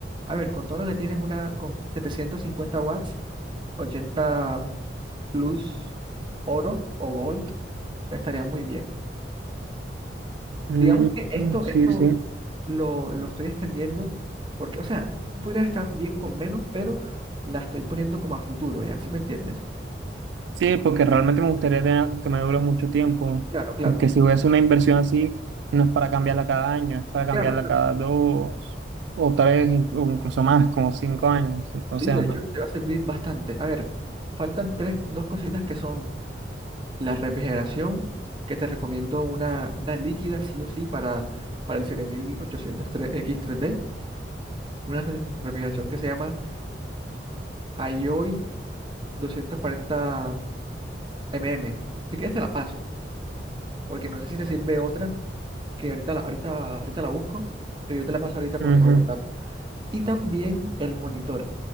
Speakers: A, on the right; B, on the right.
A: a ver, con todo lo que tienes, una con 750 watts, ochenta plus oro o gold, estaría muy bien.
B: Mm,
A: Digamos que esto,
B: sí,
A: esto
B: sí.
A: lo, lo estoy extendiendo porque, o sea, tú podrías estar bien con menos, pero la estoy poniendo como a futuro, ¿ya? ¿Sí me entiendes?
B: Sí, porque realmente me gustaría tener algo que me dure mucho tiempo,
A: Claro, claro,
B: porque si voy a hacer una inversión así, no es para cambiarla cada año, es para cambiarla
A: claro, claro.
B: cada dos o tres, inc- o incluso más, como cinco años. Entonces,
A: Sí, de
B: ajá.
A: hecho, te va a servir bastante. A ver, faltan tres, dos cositas que son La refrigeración, que te recomiendo una, una líquida sí o sí para, para el 7800 x tres d una re- refrigeración que se llama IOI doscientos cuarenta mm Si quieres te la paso, porque no sé si te sirve otra, que ahorita la, ahorita, ahorita la busco, pero yo te la paso ahorita por,
B: Ujú.
A: por WhatsApp. Y también el monitor.